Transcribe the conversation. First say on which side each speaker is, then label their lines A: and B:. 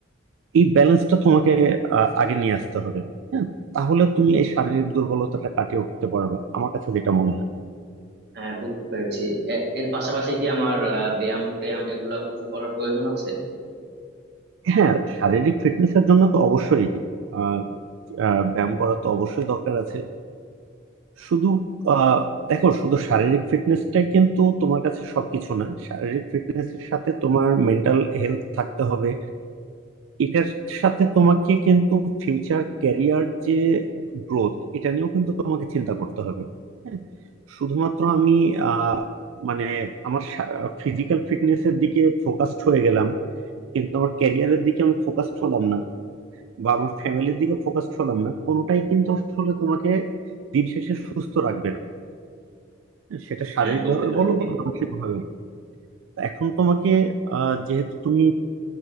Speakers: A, on the right (about 85°); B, on the right (about 55°).
A: এই ব্যালেন্সটা তোমাকে আহ, আগে নিয়ে আসতে হবে হ্যাঁ তাহলে তুমি এই শারীরিক দুর্বলতাটা কাটিয়ে উঠতে পারবে আমার কাছে যেটা মনে হয়
B: হ্যাঁ বুঝতে পেরেছি এ- এর পাশাপাশি কি আমার আহ, ব্যায়াম ট্যায়াম এগুলা কিছু করার প্রয়োজন আছে
A: হ্যাঁ শারীরিক ফিটনেসের জন্য তো অবশ্যই আহ, আহ, ব্যায়াম করা তো অবশ্যই দরকার আছে শুধু আহ দেখো শুধু শারীরিক ফিটনেসটাই কিন্তু তোমার কাছে সবকিছু না শারীরিক ফিটনেসের সাথে তোমার মেন্টাল হেলথ থাকতে হবে এটার সাথে তোমাকে কিন্তু ফিউচার ক্যারিয়ার যে গ্রোথ এটা নিয়েও কিন্তু তোমাকে চিন্তা করতে হবে হ্যাঁ শুধুমাত্র আমি আহ মানে আমার ফিজিক্যাল ফিটনেসের দিকে ফোকাসড হয়ে গেলাম কিন্তু আমার ক্যারিয়ারের দিকে আমি ফোকাসড হলাম না বা আমার ফ্যামিলির দিকে ফোকাসড হলাম না কোনোটাই কিন্তু আসলে তোমাকে দিন শেষে সুস্থ রাখবে না সেটা শারীরিক
B: হ্যাঁ বুঝতে
A: ভাবে
B: পেরেছি
A: বলো বা মানসিক ভাবে বলো এখন তোমাকে আহ, যেহেতু তুমি